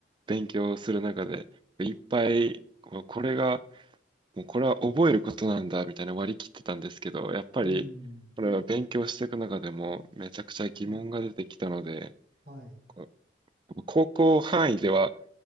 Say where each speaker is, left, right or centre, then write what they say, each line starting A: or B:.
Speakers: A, on the right (about 25°); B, on the right (about 50°).
A: 勉強する中で、いっぱい、こうこれが、もうこれは覚えることなんだみたいな割り切ってたんですけど、やっぱり、
B: うん。
A: これは勉強していく中でもめちゃくちゃ疑問が出てきたので、
B: な、はい。
A: こう高校範囲では、